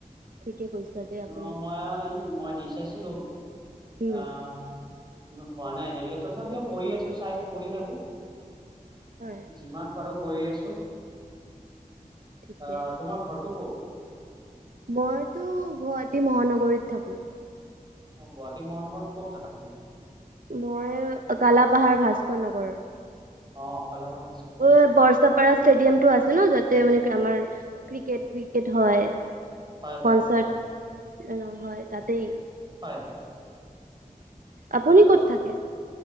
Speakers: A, on the right (about 75°); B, on the right (about 30°).
A: ঠিকে কৈছা দেই আপুনি
B: অ মই, মই দি চাইছিলোঁ।
A: উম
B: আহ হোৱা নাই এতিয়ালৈকে তথাপিও কৰি আছো চাইতো কৰি থাকো,
A: হয়
B: যিমান পাৰো কৰি আছোঁ,
A: ঠিকে
B: আহ তোমাৰ ঘৰটো ক'ত?
A: মইতো গুৱাহাটী মহানগৰীত থাকো।
B: অ গুৱাহাটী মহানগৰত ক'ত থাকা তুমি?
A: মই কালাপাহাৰ ভাস্কৰ নগৰৰ।
B: অ কালাপাৰ
A: অ বৰচাপাৰা ষ্টেডিয়াম টো আছে ন যতে মানে আমাৰ ক্ৰিকেট ৱিকেট হয়।
B: হয় হয়
A: কনচাৰ্ট
B: হয়
A: <unintelligible> হয় তাতেই।
B: হয়
A: আপুনি
B: অ,
A: ক'ত থাকে